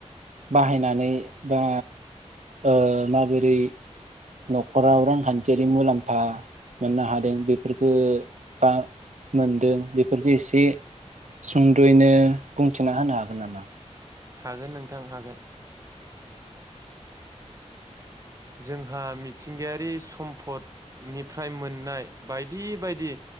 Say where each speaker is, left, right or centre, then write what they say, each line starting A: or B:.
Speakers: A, on the right; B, on the right.
A: बाहायनानै बा ओ माबोरै न'खराव रांखान्थियारि मुलाम्फा मोननो हादों बेफोरखो बा मोनदों बेफोरखो एसे सुंद'यैनो बुंथिना होनो हागोन नामा?
B: हागोन नोंथां हागोन ।जोंहा मिथिंगायारि सम्फदनिफ्राय मोननाय बायदि बायदि